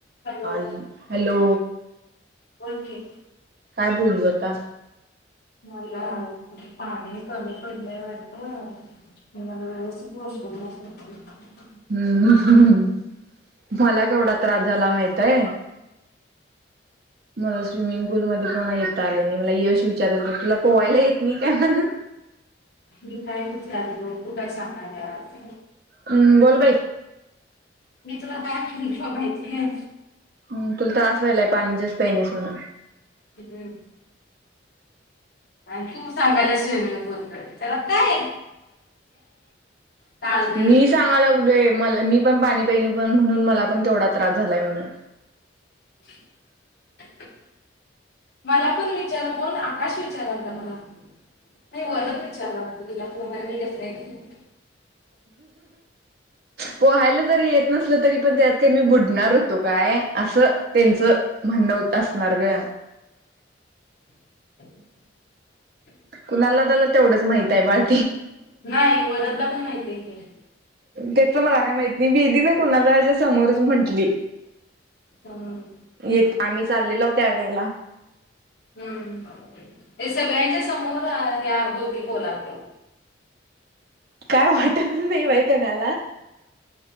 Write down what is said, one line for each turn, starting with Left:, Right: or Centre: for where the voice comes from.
Left: Hello
Right: hello!
Left: बोलकी!
Right: काय बोलू आता?
Left: मला पाणी कमी पडलंय वाटत म मला व्यवस्थित वॉशरूमला जायचं.
Right: हम्म मला केवढा त्रास झाला माहितय? मला स्विमिंग पूलमध्ये कोणा येता आलं नाही, मला यश विचाराल तर तुला पोवायला येत नाही काय म्हणून.
Left: मी काय विचारलं तू काय सांगायलीयास?
Right: हम्म बोल बाई!
Left: मी तुला काय म्हणलं माहितीय?
Right: हम तुला त्रास व्हायलाय पाणी जास्त पियालीस म्हणून.
Left: हम आणि तूप सांगायला स्विमिंग पूलकडे त्याला काय ताळमेळ
Right: मी सांगालागलोय मला मी पण पाणी पिली नाय म्हणून मला पण तेवढा त्रास झालाय म्हणून.
Left: <inaudible> मला कोण विचारा कोण आकाश विचारालता मला. नाही वरून विचारला होत तुला पोहायला येत का म्हणून.
Right: पोहायला जरी येत नसल तरी पण त्यात मी बु डणार होतो काय असं त्यांच म्हणणंत असणार ग!
Left: <inaudible>
Right: कुणाला त्याला तेवढंच माहित आहे बा <inaudible>
Left: नाही वरदला पण माहिती आहे की
Right: तेच मला काय माहती नाही, बेबी न कुणालाच्या समोरच म्हंटली.
Left: हम्म.
Right: येत आम्ही चाललेल्या हवं त्या वेळेला.
Left: हम्म, हे सगळ्यांच्या समोर ह्या दोघी बोलाल त्या!
Right: काय वाटतच नाही बाई त्यांनाला